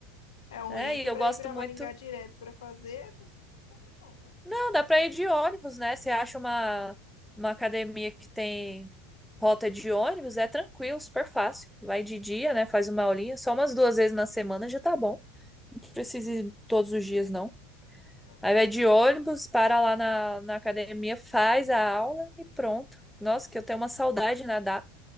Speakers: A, on the left; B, in the centre.
A: É ruim
B: É,
A: é
B: e
A: que
B: eu
A: pra
B: gosto
A: ir pra
B: muito.
A: Maringá direto pra fazer, é também fica contramão, né?
B: Não, dá pra ir de ônibus, né? Você acha uma, uma academia que tem rota de ônibus, é tranquilo, super fácil. Vai de dia, né? Faz uma aulinha. Só umas duas vezes na semana já tá bom. Não precisa ir todos os dias, não.
A: Ah.
B: Aí vai de ônibus, para lá na, na academia, faz a aula e pronto. Nossa, que eu tenho uma saudade de nadar.